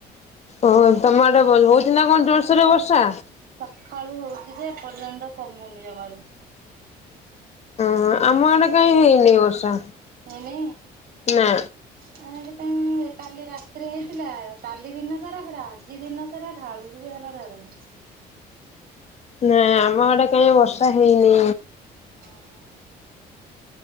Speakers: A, on the left; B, on the right.
A: ଓ ତମ ଆଡ଼େ ଭ- ହଉଚି ନା କଣ ଜୋର୍ ସୋର୍ ରେ ବର୍ଷା?
B: ସଖାଳୁ ହଉଚୁ ଯେ ଏପର୍ଯ୍ୟନ୍ତ କମୁନି ଜମାରୁ।
A: ହଁ ଆମ ଆଡେ କାଇଁ ହେଇନି ବର୍ଷା।
B: ହେଇନି?
A: ନା।
B: ଆ- ଏଠି କାଇଁ କାଲି ରାତିରେ ହେଇଥିଲା କାଲି ଦିନ ସାରା ପୁରା ଆଜି ଦିନ ସାରା ଢାଳୁଚି ଯେ ଗଲା ଢାଳୁଚି।
A: ନାଁ ଆମ ଆଡେ କାଇଁ ବର୍ଷା ହେଇନି।
B: ଓ ହ।